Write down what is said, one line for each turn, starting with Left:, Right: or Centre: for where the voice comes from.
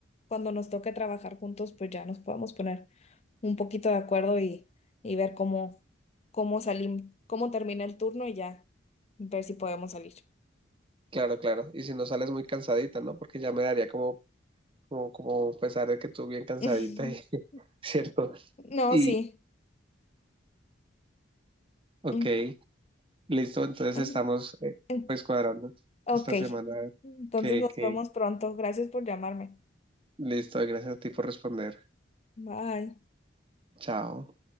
Left: cuando nos toque trabajar juntos, pues ya nos podemos poner un poquito de acuerdo y, y ver cómo, cómo salimos, cómo termina el turno y ya ver si podemos salir.
Right: Claro, claro. Y si no sales muy cansadita, ¿no? Porque ya me daría como, como, como pesar de que tú bien cansadita
Left: <laughs>
Right: y <laughs> cierto.
Left: No,
Right: Y
Left: sí.
Right: ok,
Left: Mm,
Right: listo, entonces
Left: mm,
Right: estamos eh,
Left: mm,
Right: pues cuadrando
Left: Ok,
Right: esta semana
Left: entonces
Right: que,
Left: nos
Right: que
Left: vemos pronto. Gracias por llamarme.
Right: listo, gracias a ti por responder.
Left: Bye.
Right: Chao.